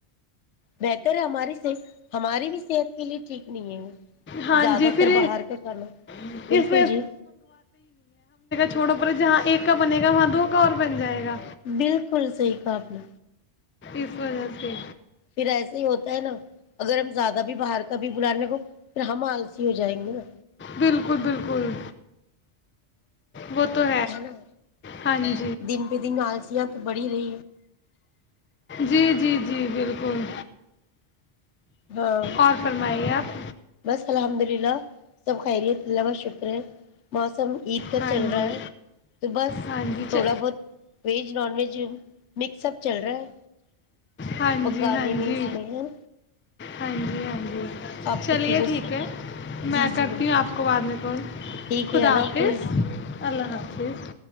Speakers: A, on the left (about 85°); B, on the left (about 20°).
A: بہتر ہے ہماری ص ہماری بھی صحت کے لیے ٹھیک نہیں ہے وہ
B: ہاں
A: زیادہ
B: جی پھر
A: تر باہر کے کرنا
B: اس
A: بالکل جی
B: چھوڑا پ جہاں ایک کا بنے گا وہاں دو کا اور بن جائے گا
A: بالکل صحیح قابلہ
B: اس وجہ سے
A: پھر ایسے ہی ہوتا ہے نا اگر ہم زیادہ بھی باہر کا بھی بلانے کو پھر ہم آلسی ہو جائیں گے نا
B: بالکل بالکل وہ تو
A: ہے نا
B: ہاں جی
A: دن بہ دن آلسیاں تو بڑھی رہی
B: جی جی جی بالکل
A: ہاں
B: اور فرمائیے آپ
A: بس الحمد اللہ سب خیریت الوہ شکری مسم عید کا
B: ہاں
A: چل
B: جی
A: رہا ہے تو بس
B: ہاں جی
A: تھوڑا بہت ویج نان ویج مکس چل رہا ہے
B: ہاں
A: پکانے
B: جی ہاں
A: میں
B: جی
A: اس میں ہے
B: ہاں جی ہاں جی
A: آپ
B: چلیے
A: کی چیزوں
B: ٹھیک ہے
A: جی
B: میں کرتی
A: جی بالکل
B: ہوں آپ کو بعد میں کال
A: ٹھیک
B: خدا
A: ہے اللہ
B: آپ
A: حافظ
B: حفظ اللہ حافظ